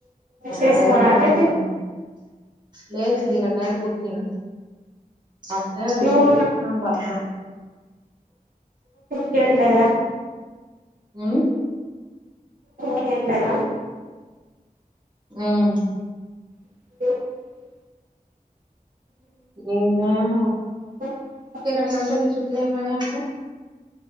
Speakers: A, on the right; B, on the right.
A: నేను
B: చేసుకోరా
A: అదేదిందా
B: అట
A: మాకుంటా లేదు తీరకాయపుగంగ్ అతే
B: నువ్వు
A: నమ్ పత
B: ట్ల <inaudible>
A: ఉమ్
B: చేయట్లేదా
A: హ్మ్
B: <inaudible>
A: హ్మ్మ్ ఏమో
B: <inaudible>
A: తిరగని తల్లి చూట్లే మడు